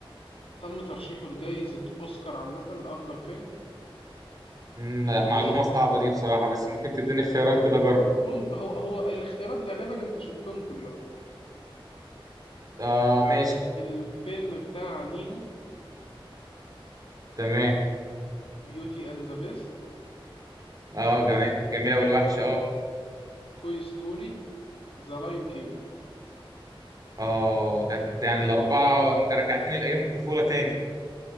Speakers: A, on the left (about 80°); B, on the right (about 40°).
A: تم ترشيحه لجائزة اوسكار عامة لافضل فيلم
B: مم، لا،
A: بص
B: معلومه صعبه دي بصراحه بس ممكن تديني اختيارات كده اجرب
A: مم هو هو الاختيارات غالبا انت شفتهم كلهم
B: اه ماشي
A: فالفيلم بتاع نيمو
B: تمام
A: بيوتي اند ذا بيست
B: اه جميل جميله والوحش اه
A: توي ستوري ذا لاين كينج <laughs>
B: اه ده ده يعني الأربعة أنت رجعتني لأيام الطفولة تاني